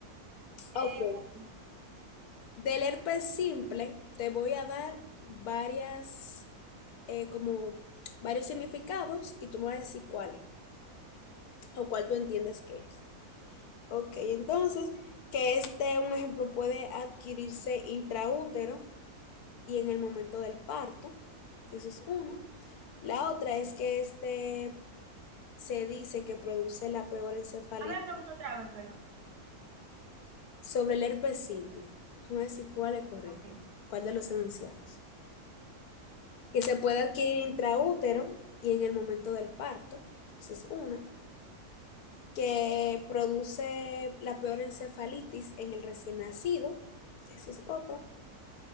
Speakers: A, on the right; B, on the left.
A: Eh,
B: Ok.
A: bueno.
B: Del herpes simple, te voy a dar varias, eh, como varios significados y tú me vas a decir cuál es o cuál tú entiendes que es. Ok, entonces, que este, un ejemplo, puede adquirirse intraútero y en el momento del parto. Eso es uno. La otra es que este se dice que produce la peor encefalitis
A: A ver, pregunto otra vez, perdón.
B: Sobre el herpes simple, tú me decís cuál es correcta,
A: Ok.
B: cuál de los enunciados. Que se puede adquirir intraútero y en el momento del parto, esa es una. Que produce la peor encefalitis en el recién nacido, esa es otra.